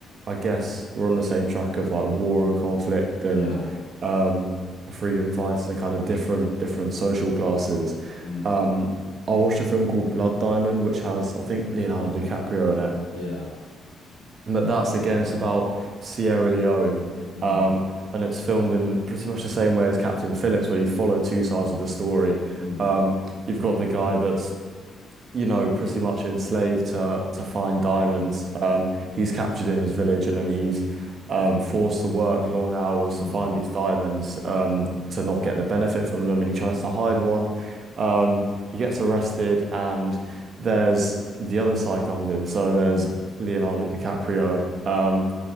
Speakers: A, on the right; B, on the left.
A: I guess we're on the same track of like war and conflict
B: yeah,
A: and um freedom fighters and kind of different different social classes.
B: mm,
A: Um, I watched a film called Blood Diamond, which has I think Leonardo DiCaprio in it.
B: yeah,
A: But that's again, it's about Sierra Leone.
B: mm,
A: Um, and it's filmed in pretty much the same way as Captain Phillips, where you follow two sides of the story.
B: mm,
A: Um, you've got the guy that's you know, pretty much enslaved to to find diamonds.
B: mm,
A: Um, he's captured in his village, and then he's um, forced to work long hours
B: mm,
A: to find these diamonds um, to not get the benefit from them. And he tries to hide one. Um, he gets arrested, and there's the other side comes in. So there's
B: mm,
A: Leonardo DiCaprio. Um,